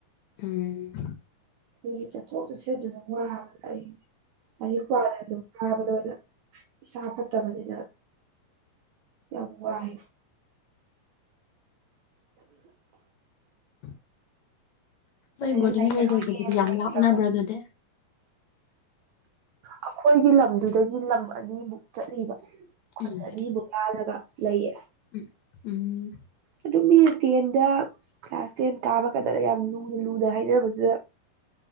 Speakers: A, on the left (about 70°); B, on the right (about 80°).
A: ꯎꯝ
B: ꯍ ꯆꯠꯊꯣ ꯆꯨꯁꯦꯠꯇꯨꯗ ꯋꯥꯕꯗ ꯑꯩ ꯑꯩꯒꯤ ꯄ꯭ꯋꯥꯗꯗꯨ ꯋꯥꯕꯗ ꯑꯣꯏꯅ ꯏꯁꯥ ꯐꯠꯇꯕꯅꯤꯗ ꯌꯥꯝꯕꯨꯕ ꯍꯥꯏ
A: ꯎꯝ ꯍꯣꯏ
B: ꯑꯗꯩ
A: ꯕꯣꯔꯗꯤꯡꯒꯩꯀꯩ
B: ꯂꯩꯔꯔꯣꯏꯒꯦ
A: ꯂꯩꯕꯗꯨꯗꯤ ꯌꯥꯝ
B: ꯂꯩꯇ꯭ꯔꯕꯅꯤ
A: ꯂꯥꯞꯅꯕ꯭ꯔꯣ ꯑꯗꯨꯗꯤ
B: ꯑꯩꯈꯣꯏꯒꯤ ꯂꯝ ꯑꯗꯨꯗꯒꯤ ꯂꯝ ꯑꯅꯤꯃꯨꯛ ꯆꯠꯂꯤꯕ ꯈꯨꯜ
A: ꯎꯝ
B: ꯑꯅꯤꯕꯨꯛ ꯂꯥꯜꯂꯒ ꯂꯩꯌꯦ
A: ꯎꯝ ꯎꯝ
B: ꯑꯗꯨꯝ ꯃꯤꯅ ꯇꯦꯟꯗ ꯀ꯭ꯂꯥꯁ ꯇꯦꯟ ꯀꯥꯕ ꯀꯥꯟꯗ ꯌꯥꯝ ꯂꯨꯅ ꯂꯨꯅ ꯍꯥꯏꯅꯕꯗꯨꯗ